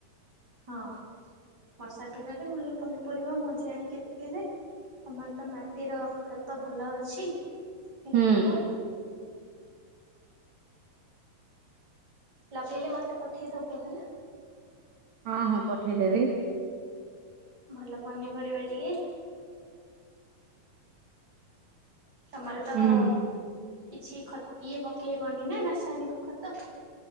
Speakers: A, on the right; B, on the right.
A: ହଁ ବର୍ଷା ଦିନରେ ଭଲ ପନିପରିବା ମଞ୍ଜି ଆଣିକି କିଲେ ଦେବି ତମର ତ ମାଟିର ଖତ ଭଲ ଅଛି ସେଠି
B: ହୁଁ
A: ଲଗେଇବ। ଲଗେଇଲେ ମତେ ପଠେଇଦବୁ ହେଲା।
B: ହଁ ହଁ ପଠେଇଦେବି
A: ଭଲ ପନିପରିବା ଟିକେ ତମର ତ
B: ହୁଁ
A: କିଛି ଖ ଇଏ ପକେଇବନି ନା ରାସାୟନିକ ଖତ।